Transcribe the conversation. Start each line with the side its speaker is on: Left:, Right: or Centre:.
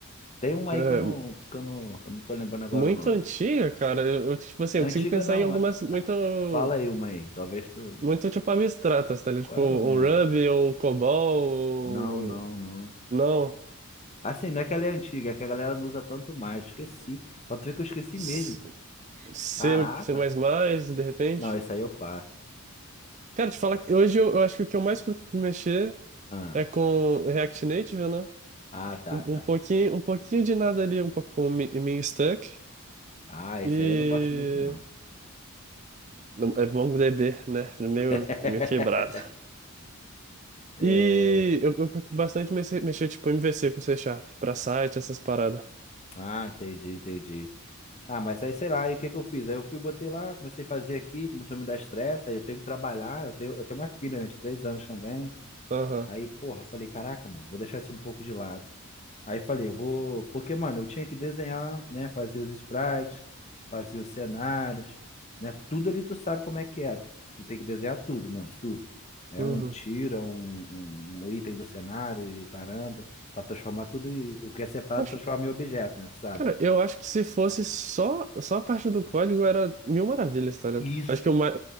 Left: Tem uma
Right: É,
Left: aí que eu não que eu não, eu não tô lembrando agora
Right: muito
Left: o nome.
Right: antiga, cara. Eu, eu, tipo assim,
Left: Antiga
Right: eu consigo pensar
Left: não,
Right: em algumas
Left: é-
Right: muito,
Left: fala aí uma aí, talvez tu
Right: muito tipo abstratas, tá? ligado?
Left: qual
Right: Tipo,
Left: era
Right: um
Left: o nome?
Right: Ruby ou um COBOL
Left: Não, não,
Right: ou...
Left: não.
Right: Não.
Left: Assim, não é que ela é antiga, é que a galera não usa tanto mais, esqueci. Pra tu ver que eu esqueci
Right: C,
Left: mesmo.
Right: C++,
Left: Caraca.
Right: de repente.
Left: Não, esse aí eu faço.
Right: Cara, te falar que hoje eu, eu acho que o que eu mais curto de mexer
Left: Ah,
Right: é com React Native, né?
Left: ah, tá,
Right: Um,
Left: tá.
Right: um pouquinho, um pouquinho de nada ali, um pouco com Mi- Mean Stuck
Left: Ah, esse
Right: e
Left: aí eu não gosto muito, não.
Right: não, é MongoDB, né? É Meio,
Left: <laughs>
Right: é meio quebrado.
Left: É,
Right: E eu, eu curto bastante mexer, mexer tipo MVC com C Sharp pra site, essas paradas.
Left: Ah, entendi, entendi. Ah, mas aí sei lá, aí o que que eu fiz? Aí eu fui, botei lá, comecei a fazer aqui, começou a me dar estresse, aí eu tenho que trabalhar, eu tenho, eu tenho uma filha, né, de três anos também.
Right: Aham.
Left: Aí, porra, eu falei, caraca, mano, vou deixar isso um pouco de lado. Aí falei, eu vou. Porque, mano, eu tinha que desenhar, né? Fazer os sprites, fazer os cenários, né? Tudo ali tu sabe como é que é. Tu tem que desenhar tudo, mano, tudo. É
Right: uhum.
Left: um tiro, é um, um um item do cenário e caramba, pra transformar tudo e o que é separado
Right: Acho-
Left: transformar em objeto, né? Tu sabe?
Right: cara, eu acho que se fosse só, só a parte do código era mil maravilhas, tá ligado?
Left: Isso.
Right: Acho que o, ma-